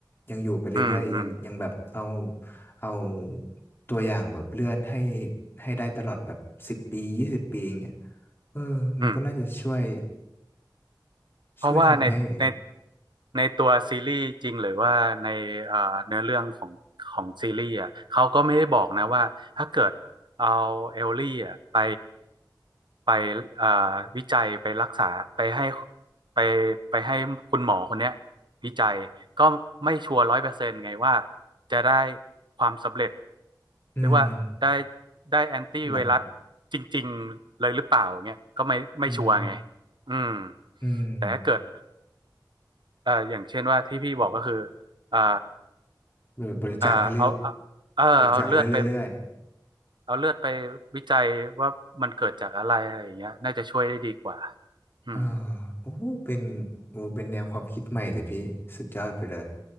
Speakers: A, on the left; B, on the right.
A: ยังอยู่ไปเรื่อยๆยังยังแบบเอา
B: อืมอืม
A: เอาตัวอย่างแบบเลือดให้ให้ได้ตลอดแบบสิบปียี่สิบปีอย่างเงี้ยเออมันก็น่าจะช่วย
B: อืม เพราะว่าในใน
A: ช่วยทำให้
B: ในตัวซีรีส์จริงหรือว่าในเอ่อเนื้อเรื่องของของซีรีส์อ่ะเขาก็ไม่ได้บอกนะว่าถ้าเกิดเอาเอลลี่อ่ะไปไปเอ่อวิจัยไปรักษาไปให้ไปไปให้คุณหมอคนเนี้ยวิจัยก็ไม่ชัวร์ร้อยเปอร์เซนต์ไงว่าจะได้ความสำเร็จ
A: อืม
B: หรือว่าได้ได้แอนตี้ไวรัส
A: เดะ
B: จริงๆเลยหรือเปล่าเนี่ยก็ไม่ไม่ชัวร์ไง
A: อืม
B: อืม
A: อืม
B: แต่ถ้าเกิดเอ่ออย่างเช่นว่าที่พี่บอกก็คือเอ่อ
A: หรือบริจาคให้เรื่อย
B: เอ่อเอาเอาเออเอาเลือดไป
A: บริจาคเรื่อย
B: เอาเลือดไปวิจัยว่ามันเกิดจากอะไรอะไรอย่างเงี้ยน่าจะช่วยได้ดีกว่า
A: ๆอ่า
B: อืม
A: โอ้เป็นโอ้เป็นแนวความคิดใหม่เลยพี่สุดยอดไปเลย